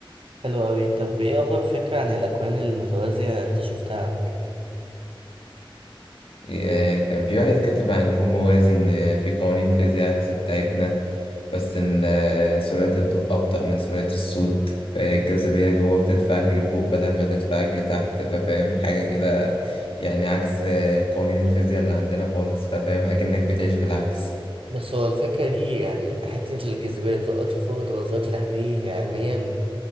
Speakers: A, on the right; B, on the left.
A: حلو أوي طب إيه أغرب فكرة عن الأكوان المتوازية أنت شفتها عامة؟
B: يا- كان في واحد كاتب عن كون موازي إن في قوانين فيزياء عكس بتاعتنا بس إن آه، سرعة الضوء أبطأ من سرعة الصوت آه، الجاذبية جوه بتدفعك لفوق بدل ما تدفعك لتحت ففاهم حاجة كده يعني عكس آه، قوانين الفيزياء اللي عندنا خالص ففاهم أكنك بتعيش بالعكس
A: بس هو الفكرة دي يعني حتة الجاذبية تزقك لفوق وتبقى تزقك لتحت دي علميا